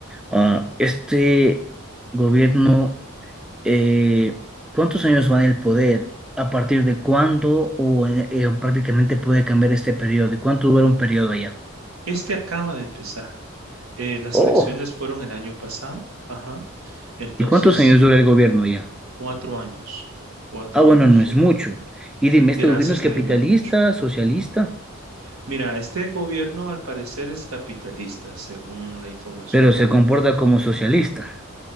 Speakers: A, in the centre; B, on the right.
A: Ah, este gobierno, eh, ¿cuántos años va en el poder? ¿A partir de cuándo o eh, eh, prácticamente puede cambiar este periodo? ¿Y cuánto dura un periodo allá?
B: Este acaba de empezar. Eh, las
A: Oh.
B: elecciones fueron el año pasado, ajá. Entonces,
A: ¿Y cuántos años dura el gobierno allá?
B: cuatro años, cuatro
A: Ah, bueno,
B: años
A: no
B: dura.
A: es mucho. Y dime,
B: Gracias
A: ¿este gobierno es capitalista,
B: a Dios no es mucho.
A: socialista?
B: Mira, este gobierno al parecer es capitalista, según la información
A: Pero
B: pública.
A: se comporta como socialista,